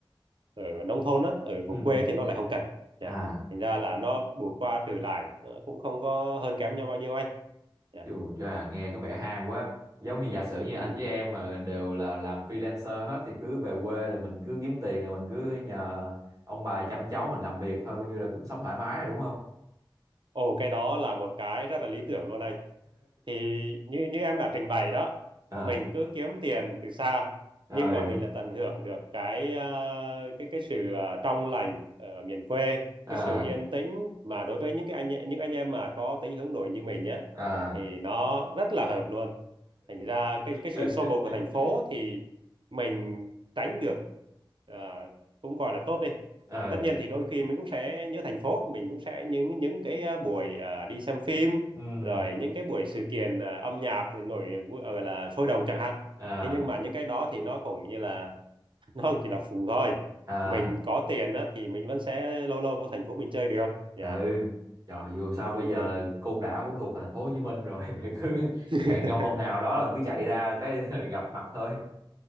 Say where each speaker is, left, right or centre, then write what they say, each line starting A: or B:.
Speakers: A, on the right; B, on the right.
A: ở, ở, ở nông thôn á ở
B: ừ
A: vùng quê thì nó lại không cần dạ
B: à
A: thành ra là nó bù qua trừ lại nó cũng không có hơn kém nhau bao nhiêu anh dạ
B: Chù chà, nghe có vẻ ham quá. Giống như giả sử như
A: <laughs>
B: anh với em mà đều là làm freelancer hết thì cứ về quê là mình cứ kiếm tiền rồi mình cứ nhờ ông bà chăm cháu mình làm việc thôi coi như là cũng sống thoải mái rồi đúng không?
A: ồ cái đó là một cái rất là lý tưởng luôn anh thì như như em đã trình bày đó
B: <laughs> à,
A: mình cứ kiếm tiền từ xa
B: rồi.
A: nhưng mà mình là tận hưởng được cái ờ, cái cái sự ờ, trong lành ở miền quê
B: À,
A: cái sự yên tĩnh mà đối với những cái anh những anh em mà có tính hướng nội như mình nhé
B: à.
A: thì nó rất là hợp luôn thành ra cái cái sự
B: <laughs>
A: xô bồ của thành phố thì mình tránh được ờ, cũng gọi là tốt đi
B: ừ
A: tất nhiên thì đôi khi mình cũng sẽ nhớ thành phố mình cũng sẽ những những cái ờ, buổi ờ, đi xem phim
B: ừ
A: rồi những cái buổi sự kiện ờ, âm nhạc thì nổi vui- ờ, gọi là sôi động chẳng hạn
B: à
A: thế nhưng mà những cái đó thì nó cũng như là <laughs> nó cũng chỉ là phụ thôi
B: à
A: mình có tiền á, thì mình vẫn sẽ lâu lâu vô thành phố mình chơi được
B: <laughs>
A: dạ
B: ừ trời
A: còn
B: dù
A: bình
B: sao bây giờ
A: thường
B: là Côn Đảo cũng thuộc thành phố Hồ Chí Minh rồi <laughs> thì cứ
A: <laughs>
B: hẹn nhau hôm nào đó là cứ chạy ra cái <laughs> gặp mặt thôi